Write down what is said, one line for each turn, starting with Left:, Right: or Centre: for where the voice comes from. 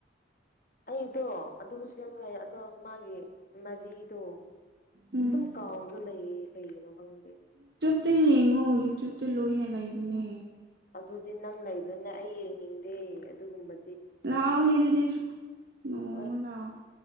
Left: ꯑꯩꯗꯣ ꯑꯗꯨꯝ ꯁꯦꯝ ꯍꯥꯏ ꯑꯗꯣ ꯃꯥꯒꯤ ꯃꯔꯤꯗꯣ
Right: ꯎꯝ
Left: ꯑꯗꯨꯝ ꯀꯥꯎꯔꯒ ꯂꯩꯌꯦ ꯀꯩꯒꯤꯅꯣ ꯈꯪꯗꯦ
Right: ꯑꯛꯇ ꯌꯦꯡꯉꯣ ꯌꯨꯇ꯭ꯌꯨꯕꯇ ꯂꯣꯏꯅ ꯂꯩꯕꯅꯦ
Left: ꯑꯗꯨꯗꯤ ꯅꯪ ꯂꯩꯕ꯭ꯔꯅ ꯑꯩ ꯌꯦꯡꯅꯤꯡꯗꯦ ꯑꯗꯨꯒꯨꯝꯕ
Right: ꯂꯥꯎꯃꯤ ꯑꯗꯨꯗꯤ ꯅꯣꯡꯃ
Left: ꯍꯣꯏ
Right: ꯂꯥꯛꯑꯣ